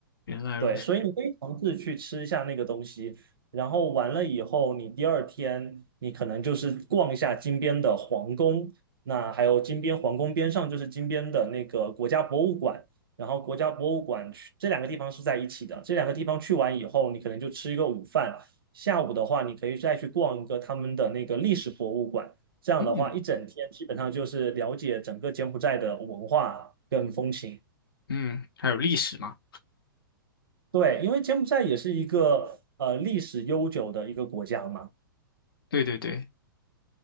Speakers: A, on the left; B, on the right.
A: 原来如此。
B: 对，所以你可以尝试去吃一下那个东西，然后完了以后，你第二天你可能就是逛一下金边的皇宫，那还有金边皇宫边上就是金边的那个国家博物馆，然后国家博物馆去这两个地方是在一起的，这两个地方去完以后，你可能就吃一个午饭，下午的话你可以再去逛一个他们的那个历史博物馆，这样的话一整天基本上就是了解整个柬埔寨的文化跟风情。
A: 嗯嗯，还有历史嘛？
B: 对，因为柬埔寨也是一个呃历史悠久的一个国家嘛，
A: 对对对。